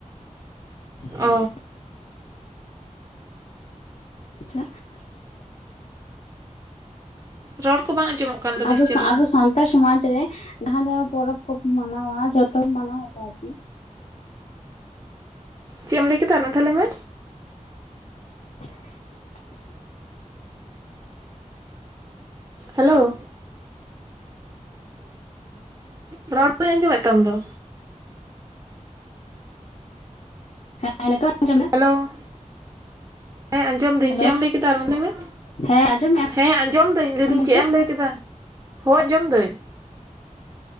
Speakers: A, on the left; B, on the right.
A: ᱦᱚᱸᱜᱼᱚᱭ᱾
B: ᱚ ᱻ᱾
A: ᱟᱪᱷᱟ ᱾
B: ᱨᱚᱲ ᱠᱚ ᱵᱟᱝ ᱟᱸᱡᱚᱢᱚᱜ ᱠᱟᱱ ᱫᱚ
A: ᱟᱵᱚ
B: ᱵᱮᱥ ᱪᱮᱨᱦᱟ
A: ᱥᱟᱸ ᱟᱵᱚ ᱥᱟᱱ ᱥᱚᱢᱟᱡ ᱨᱮ ᱡᱟᱦᱟᱸ ᱡᱟᱦᱟ‌ᱸ ᱯᱚᱨᱚᱵᱽ ᱠᱚ ᱢᱟᱱᱟᱣᱟ ᱡᱷᱚᱛᱚ ᱢᱟᱱᱟᱣ ᱟᱠᱟ-ᱟ ᱟᱨᱠᱤ?
B: ᱪᱮᱫ ᱮᱢ ᱞᱟᱹᱭ ᱠᱮᱫᱟ ᱟᱨ ᱢᱤᱫᱫᱷᱟᱣ ᱞᱟᱹᱭ ᱢᱮ
A: <inaudible>
B: ᱦᱮᱞᱳ ᱾ ᱨᱚᱲ ᱵᱟᱹᱧ ᱟᱡᱚᱢᱮᱫ ᱛᱟᱢ ᱫᱚ
A: ᱦᱮᱸ ᱱᱤᱛᱚᱜ ᱟᱡᱚᱢ ᱱᱟ
B: ᱦᱮᱞᱳ ᱦᱮᱸ ᱟᱸᱡᱚᱢ ᱫᱟᱹᱧ
A: ᱦᱮᱞᱳ
B: ᱪᱮᱫ ᱮᱢ ᱞᱟᱹᱭ ᱠᱮᱫᱟ ᱟᱨᱦᱚᱸ ᱞᱟᱹᱭ ᱢᱮ
A: ᱦᱮᱸ ᱟᱸᱡᱚᱢᱮᱫ
B: ᱦᱮᱸ ᱟᱸᱡᱚᱢ ᱫᱟᱹᱧ ᱞᱟᱹᱭᱫᱟᱹᱧ
A: ᱟᱢ ᱱᱤᱛᱚᱜ
B: ᱪᱮᱫ ᱮᱢ ᱞᱟᱹᱭ ᱠᱮᱫᱟ ᱦᱳᱭ ᱟᱸᱡᱚᱢ ᱫᱟᱹᱧ